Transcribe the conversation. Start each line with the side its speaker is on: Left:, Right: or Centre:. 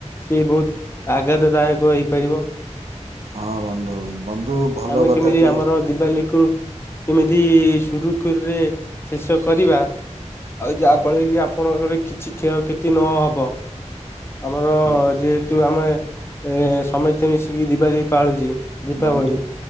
Left: ସିଏ ବହୁତ ଆଘାତ ଦାୟକ ହେଇପାରିବ।
Right: ହଁ ବନ୍ଧୁ। ବନ୍ଧୁ ଭଲ
Left: ଆମେ
Right: କଥା
Left: କେମିତି
Right: ଟି
Left: ଆମର ଦିିବାଲୀ କୁ। କେମିତି ସୁରୁଖୁରୁରେ। ଶେଷ କରିବା। ଆଉ ଯାହାଫଳରେ କି? ଆପଣଙ୍କରେ କିଛି କ୍ଷୟକ୍ଷତି ନହବ। ଆମର,
Right: ହଁ
Left: ଯେହେତୁ ଆମେ। ଏ ସମସ୍ତେ ମିଶିକି ଦିବାଲୀ ପାଳୁଛି। ଦୀପାବଳି।
Right: ବନ୍ଧୁ